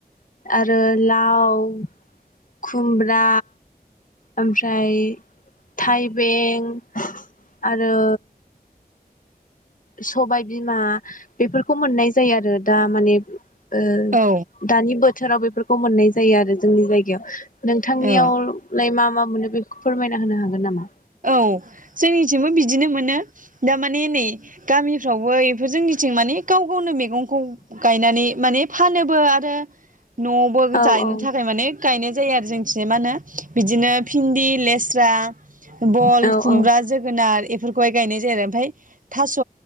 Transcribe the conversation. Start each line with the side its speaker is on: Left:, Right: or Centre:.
Left: आरो लाव। खुमब्रा ओमफ्राय थाइबें आरो। सबाय बिमा बेफोरखौ मोननाय जायो आरो दा माने। ओ
Right: औ
Left: दानि बोथोराव बेफोर खौ मोननाय जायो आरो जोंनि जायगायाव। नोंथांनियाव
Right: औ
Left: लाय मा मा मोनो बेखौ फोरमायना होनो हागोन नामा?
Right: औ जोंनिथिंबो बिदिनो मोनो दामाने नै गामिफ्रावबो इफोर जोंनिथिं माने गाव गावनो मे गंखौ गायनानै माने फानोबो आरो। न'आवबो
Left: औ औ
Right: जायनो थाखाय माने गायनाय जायो आरो जोंथिजाय मा होनो बिदिनो भिन्दि लेस्रा। बल
Left: औ औ
Right: खुमब्रा जोगोनार ए फोरखौहाय गायनाय जायो आरो ओमफाय थास'